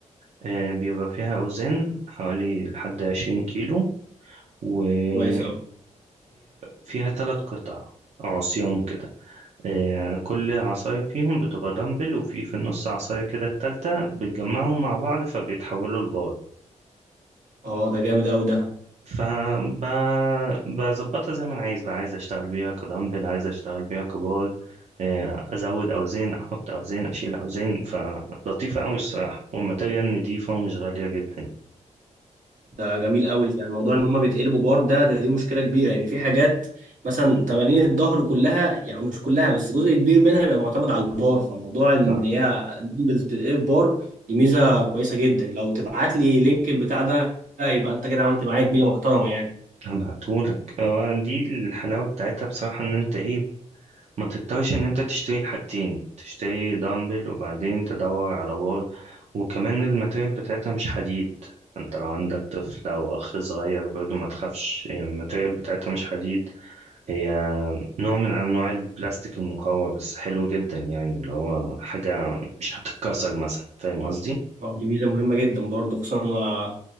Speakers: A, on the right (about 60°); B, on the right (about 80°).
A: آه، بيبقى فيها أوزان حوالي لحد عشرين كيلو وهي
B: كويس قوي
A: فيها تلات قطع عصيان كده آه، كل عصاية فيهم بتبقى دمبل وفي في النص عصاية كده التالتة بتجمعهم مع بعض فبيتحولوا لبار
B: اه ده جامد قوي ده
A: فبظبطها زي ما انا عايز بقى عايز اشتغل بيها كدمبل عايز اشتغل بيها كبار آه، ازود اوزان احط اوزان اشيل اوزان فلطيفه قوي الصراحه والماتيريال نضيفه ومش غاليه جدا
B: ده جميل قوي يعني موضوع ان هم بيتقلبوا بار ده, ده دي مشكله كبيره لان يعني في حاجات مثلا تمارين الظهر كلها يعني مش كلها بس جزء كبير منها بيبقى معتمد على البار فموضوع ان
A: صح
B: هي دمبلز بتتقلب بار دي ميزه كويسه جدا لو تبعت لي لينك البتاع ده يبقى انت كده عملت معايا جميله محترمه يعني
A: هبعتهولك آه، دي الحلاوه بتاعتها بصراحه ان انت ايه ما تضطرش ان انت تشتري الحاجتين تشتري دمبل وبعدين تدور على بار وكمان الماتيريال بتاعتها مش حديد انت لو عندك طفل او اخ صغير برضو ما تخافش الماتيريال بتاعتها مش حديد هي نوع من أنواع البلاستيك المقوى بس حلو جدا يعني اللي هو حاجة مش هتتكسر مثلا فاهم قصدي؟
B: آه، دي ميزه مهمه جدا برضه خصوصا إن